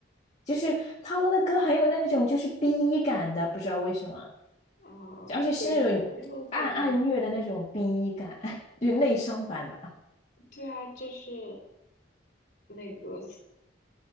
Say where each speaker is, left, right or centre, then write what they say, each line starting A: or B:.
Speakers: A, on the left; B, on the left.
A: 就是他们的歌很有那种就是 B 一感的，不知道为什么，
B: 啊，
A: 而且是那种暗暗虐的那种
B: 对，可能有点，
A: B 一感，<laughs> 就是内伤版的。
B: 对啊，就是那个